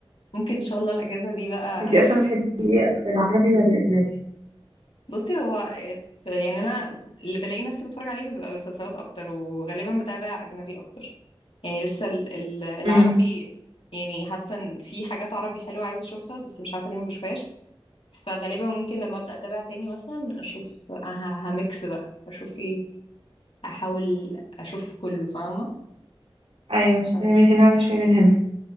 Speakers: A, on the left; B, on the right.
A: ممكن ان شاء الله الاجازه دي بقى
B: انتي أصلا بتحبي ايه أكتر عربي ولا أجنبي؟
A: بصي هو ف- يعني انا اللي بلاقي نفسي بتفرج عليه بيبقى مسلسلات اكتر وغالبا بتابع اجنبي اكتر يعني لسه ال- ال- العربي
B: امم
A: يعني حاسه ان في حاجات عربي حلوه عايزه اشوفها بس مش عارفه ليه ما بشوفهاش فغالبا ممكن لما ابدا اتابع تاني مثلا اشوف ه- هميكس بقى اشوف ايه احاول اشوف كله فاهمه
B: ايوه
A: عشان
B: شويه من هنا على شويه من هنا